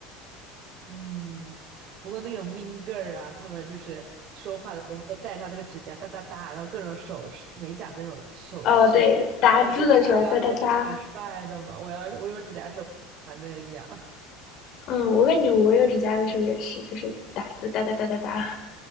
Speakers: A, on the right; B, on the left.
A: <laughs> 嗯，不过那种 mean girl 啊，他们就是说话的时候会戴上那个指甲哒哒哒，然后各种首饰、美甲那种首饰，
B: 哦，对，打字的时候哒哒哒，
A: 我觉得哎呦还是挺帅的嘛，我要是我有指甲的时候，不喜欢那样。
B: 嗯，我感觉我有指甲的时候也是，就是打字哒哒哒哒哒。